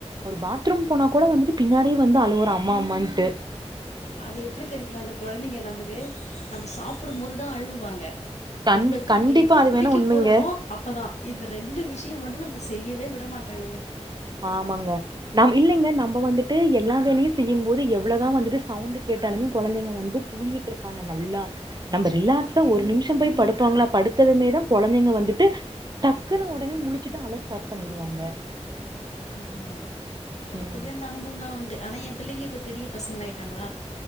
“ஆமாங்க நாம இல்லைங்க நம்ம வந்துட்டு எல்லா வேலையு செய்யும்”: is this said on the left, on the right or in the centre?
Right